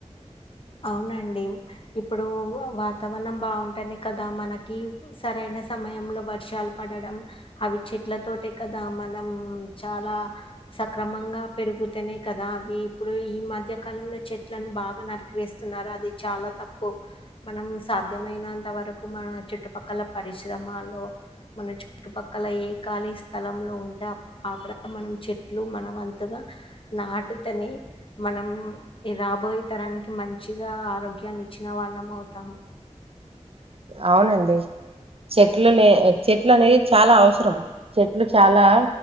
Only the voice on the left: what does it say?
అవునండి. ఇప్పుడు వాతావరణం బాగుంటానే కదా మనకి సరైన సమయంలో బట్టి వర్షాలు పడడం అవి చెట్ల తోట కదా మనం చాలా సక్రమంగా పెరుగుతేనే కదా అవి ఇప్పుడు ఈ మధ్యకాలంలో చెట్లను బాగా నరికి వేస్తున్నారు అది చాలా తప్పు మనం సాధ్యమైనంత వరకు మన చుట్టుపక్కల పరిశ్రమలో మన చుట్టుపక్కల ఏ ఖాళీ స్థలంలో ఉంటే ఆక్కడ మనం చెట్లు మనం అంతగా నాటుతనే మనం రాబోయే తరానికి మంచిగా ఆరోగ్యాన్ని ఇచ్చిన వాళ్ళం అవుతాము